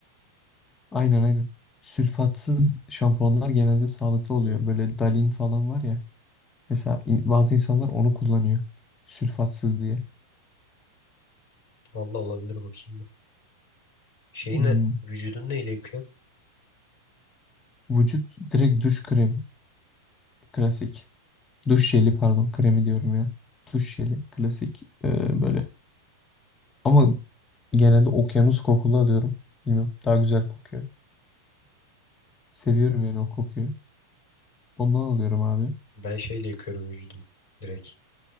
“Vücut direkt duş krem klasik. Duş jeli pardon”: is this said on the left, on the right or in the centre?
Left